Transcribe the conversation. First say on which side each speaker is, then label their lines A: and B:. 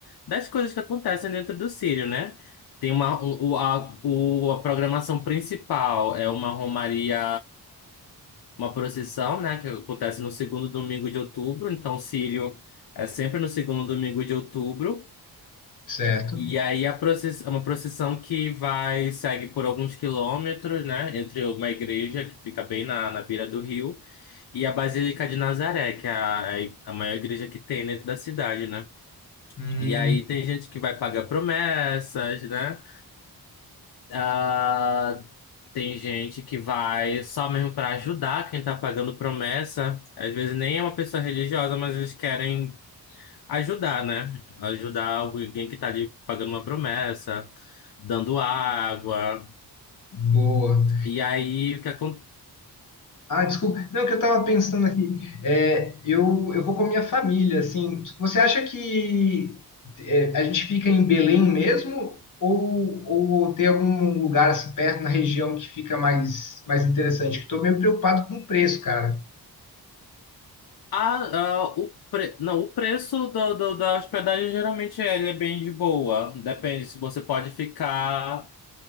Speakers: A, on the left (about 70°); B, on the left (about 55°).
A: das coisas que acontecem dentro do Círio, né? Tem uma, o, a, o, a programação principal é uma romaria, uma procissão, né? Que acontece no segundo domingo de outubro. Então, o Círio é sempre no segundo domingo de outubro.
B: Certo.
A: E aí, a procissão, é uma procissão que vai, segue por alguns quilômetros, né? Entre uma igreja que fica bem na, na beira do rio e a Basílica de Nazaré, que é a, a maior igreja que tem dentro da cidade, né?
B: Hum,
A: E aí tem gente que vai pagar promessas, né? Ah, tem gente que vai só mesmo para ajudar quem tá pagando promessa. Às vezes nem é uma pessoa religiosa, mas eles querem ajudar, né? Ajudar alguém que tá ali pagando uma promessa, dando água.
B: boa.
A: E aí o que acontece?
B: Ah, desculpa. Não, o que eu tava pensando aqui. É, eu, eu vou com a minha família, assim. Você acha que é, a gente fica em Belém mesmo? Ou, ou tem algum lugar assim perto na região que fica mais, mais interessante? Que eu tô meio preocupado com o preço, cara.
A: Ah, ah, o pre... Não, o preço do, do- da hospedagem geralmente é, ele é bem de boa. Depende se você pode ficar.